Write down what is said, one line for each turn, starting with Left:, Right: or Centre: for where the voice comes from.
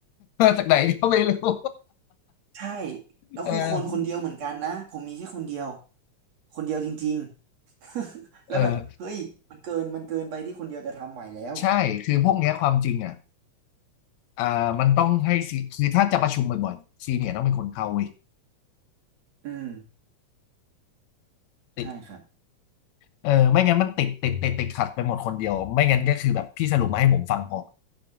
Left: จ <laughs> จากไหนก็ไม่รู้
Right: ใช่แล้วคือคนคนเดียวเหมือนกันนะผมมีแค่คนเดียว
Left: เออ
Right: คนเดียวจริงๆแล้วแบบเฮ้ยมันเกินมันเกินไปที่คนเดียวจะทำไหวแล้ว
Left: เออใช่คือพวกเนี้ยความจริงอ่ะอ่ามันต้องให้ซีคือถ้าจะประชุมบ่อยๆซีเนียร์ต้องเป็นคนเข้าเว้ย
Right: อืม
Left: ติด
Right: ใช่ครับ
Left: เออไม่งั้นมันติดติดติดติดขัดไปหมดคนเดียวไม่งั้นก็คือแบบพี่สรุปมาให้ผมฟังพอ